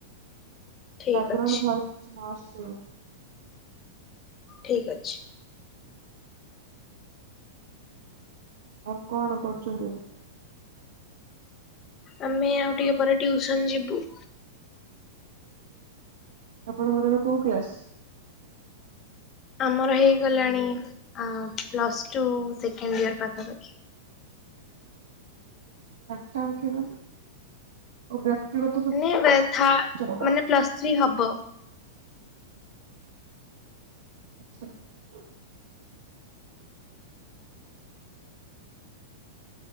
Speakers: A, on the left; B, on the right.
A: ଠିକ
B: ବ୍ୟାଗ୍ରାଉଣ୍ଡ
A: ଅଛି
B: ଭୟସ କିଛି ନ ଆସିବ।
A: ଠିକ ଅଛି।
B: ଆଉ କଣ କରୁଚନ୍ତି ଏବେ?
A: ଆମେ ଆଉ ଟିକେ ପରେ ଟ୍ୟୁସନ୍ ଯିବୁ।
B: ଆପଣଙ୍କର ଏବେ କୋଉ କ୍ଲାସ?
A: ଆମର ହେଇଗଲାଣି ଆ ପ୍ଲସ୍ ଟୁ ସେକେଣ୍ଡ ଇୟର ପାଖାପାଖି
B: ଏକଟାଉ କେବେ <unintelligible> ଓ ବ୍ୟକ୍ତିଗତ
A: ନେ ବେ ଥା
B: ସୂଚନା
A: ମାନେ ପ୍ଲସ୍ ଥ୍ରୀ ହବ।
B: ହ